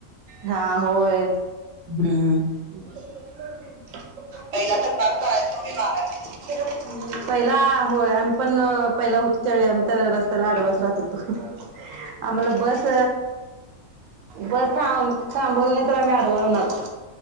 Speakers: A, on the right; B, on the right.
A: हा होय.
B: हम्म.
A: <inaudible> <unintelligible> <unintelligible>
B: पहिला तक्रार करायचो मी बारावीत
A: पहिला होय आम्ही पण पहिला होतो, त्याळी आम्ही तर रस्त्याला आडवाच राहत होतो. आम्हाला बस, बस थांबवलं नाही तर आम्ही अडवळणार